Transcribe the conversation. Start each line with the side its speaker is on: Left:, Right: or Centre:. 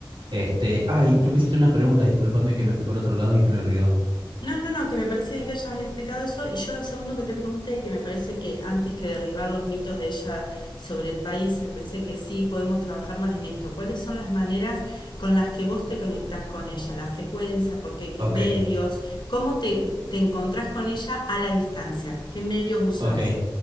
Right: Este, ay, tú me hiciste una pregunta, discúlpame que me fui por otro lado y se me olvidó.
Left: No, no, no, que me parece bien que hayas explicado eso. Y yo lo segundo que te pregunté, que me parece que antes que derribar los mitos de ella sobre el país, me parece que sí podemos trabajar más en esto. ¿Cuáles son las maneras con las que vos te conectás con ella? La frecuencia, por qué
Right: Ok,
Left: medios, cómo te, te encontrás con ella a la distancia, qué medios usás.
Right: ok.